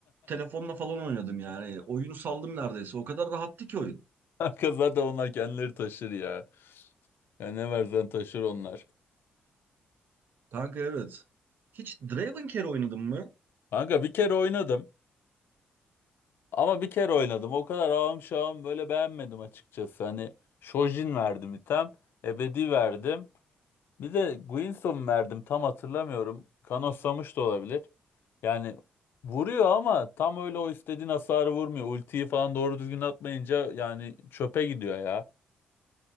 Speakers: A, on the right; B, on the left.
A: Telefonla falan oynadım yani. Oyunu saldım neredeyse. O kadar rahattı ki oyun.
B: Kanka zaten onlar kendileri taşır ya. Ya ne versen taşır onlar.
A: Kanka evet. Hiç Dravencare oynadın mı?
B: Kanka bir kere oynadım. Ama bir kere oynadım. O kadar ağım şağım böyle beğenmedim açıkçası. Hani Shojin verdim item. Ebedi verdim. Bir de Guinsoo verdim. Tam hatırlamıyorum. Kanoslamış da olabilir. Yani vuruyor ama tam öyle o istediğin hasarı vurmuyor. Ultiyi falan doğru düzgün atmayınca yani çöpe gidiyor ya.